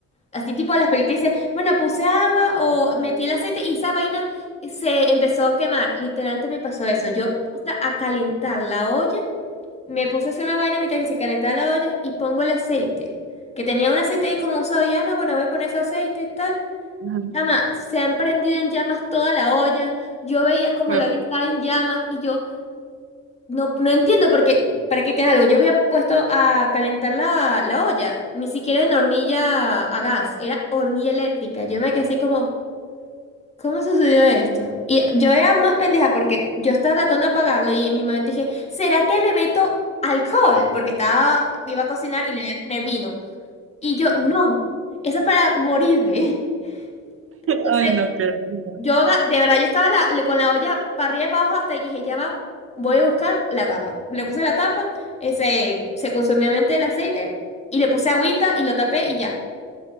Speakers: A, on the left; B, on the right.
A: Así tipo las películas dice, bueno, puse agua o metí el aceite y esa vaina se empezó a quemar. Literalmente me pasó eso. Yo puse a calentar la olla Me puse a hacer una vaina mientras que se calentaba la olla y pongo el aceite. Que tenía un aceite ahí como usado ya, no, bueno, voy a poner ese aceite y tal.
B: Ajá.
A: Chama, se ha prendido en llamas toda la olla. Yo veía como
B: Fue-
A: la olla estaba en llamas y yo no, no entiendo porque, ¿para qué tiene algo? Yo había puesto a calentar la, la olla, ni siquiera en hornilla a gas, era hornilla eléctrica. Yo me quedé así como, ¿Cómo sucedió esto? Y yo era más pendeja porque yo estaba tratando de apagarlo y en mi momento dije, ¿será que le meto alcohol? Porque estaba, iba a cocinar y le iba a poner vino. Y yo, no, eso es para morirme. <laughs> Entonces,
B: Ay, no, qué risa.
A: yo aga- de verdad, yo estaba la- con la olla para arriba y para abajo hasta que dije, ya va, voy a buscar la tapa. Le puse la tapa, ese, se consumió obviamente el aceite y le puse agüita y lo tapé y ya,